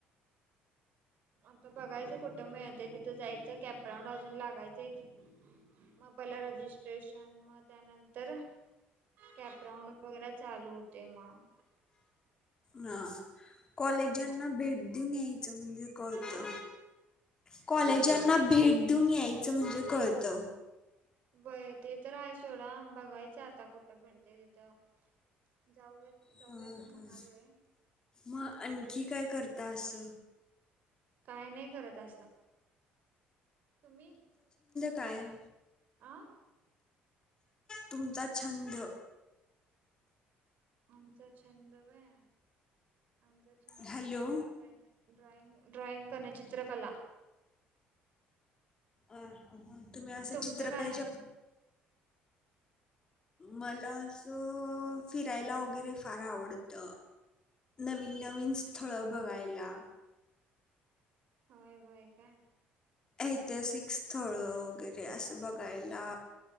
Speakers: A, on the right (about 50°); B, on the left (about 20°).
A: आता बघायचं कुठं मिळतय तिथं जायचं, कॅपराऊंड अजून लागायचं इथ मग पहिला रजिस्ट्रेशन मग त्यानंतर कॅपराउंड वगैरे चालू होते मग.
B: हा कॉलेजांना
A: असा
B: भेट देऊन यायचं म्हणजे कळतं
A: हा
B: कॉलेजांना भेट देऊन यायचं म्हणजे कळतं.
A: बय ते तर हाय सोडा बघायच आता कुठं भेडते तिथं जाऊयात. जाऊया
B: हा
A: तर म्हणालोय
B: ह मग आणखी काय करता अस?
A: काय नाही करत असा तुम्ही?
B: कायम
A: आं
B: तुमचा छंद
A: आमचा छंद व्हय आमचा छंद
B: हॅलो
A: ड्रॉईंग ड्रॉइंग ड्रॉइंग करणे चित्रकला
B: अ तुम्ही असं
A: तुमचं
B: चित्रकलेच्या.
A: काय आहे
B: मला असं फिरायला वगैरे फार आवडत. नवीन-नवीन स्थळ बघायला.
A: होय होय का.
B: ऐतिहासिक स्थळ वगैरे असं बघायला.